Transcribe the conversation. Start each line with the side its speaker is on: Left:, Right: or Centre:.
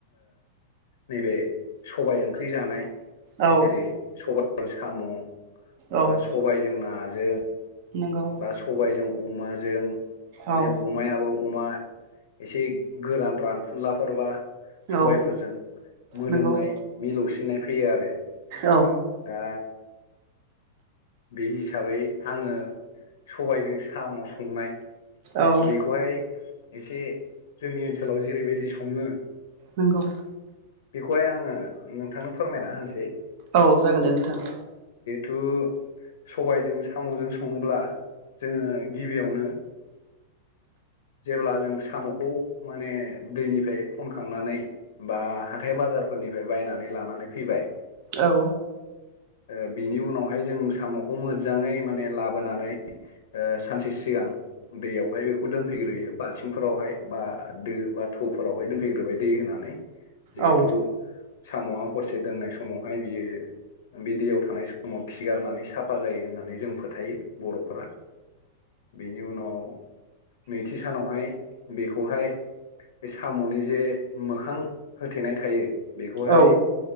Left: नैबे सबाय ओंख्रि जानाय
Right: औ
Left: जेरै सबायजों साम'
Right: औ
Left: बा सबायजों नाजों
Right: नंगौ
Left: बा सबायजों अमाजों माने
Right: औ
Left: अमायाबो अमा एसे गोरान रानथुलाफोरबा सबायफोरजों
Right: औ
Left: मोदोमनाय
Right: नंगौ
Left: मिलौसिननाय फैयो आरो
Right: औ।
Left: दा बे हिसाबै आङो। सबायजों साम' संनाय
Right: औ
Left: बेखौहाय एसे जोंनि ओनसोल नोलाव जेरैबायदि सङो।
Right: नंगौ
Left: बेखौहाय आङो नोंथांनो फोरमायना होनोसै।
Right: औ जागोन दे नोंथां।
Left: थु सबबायजों साम'जों सङोब्ला जोङो गिबियावनो जेब्ला जों साम'खौ माने दैनिफ्राय खनखांनानै बा हाथाय बाजार फोरनिफ्राय बायनानै लानानै फैबाय
Right: औ।
Left: ओ बिनि उनावहाय जों साम'खौ मोजाङै माने लाबोनानै ओ सानसे सिगां दैयावहाय बेखौ दोनफैग्रोयो बाल्थिंफोरावहाय बा दो बा थौफोरावराय दोनफैग्रोबाय दै होनानै जेहेथु
Right: औ
Left: साम'याव हरसे दोननाय समावहाय बियो बे दैयाव थानाय समाव खिगारनानै साफा जायो होननानै जों फोथायो बर'फोरा बेनि उनाव नैथि सानावहाय बेखौहाय बे साम'नि जे मोखां होथेनाय थायो बेखौहाय
Right: औ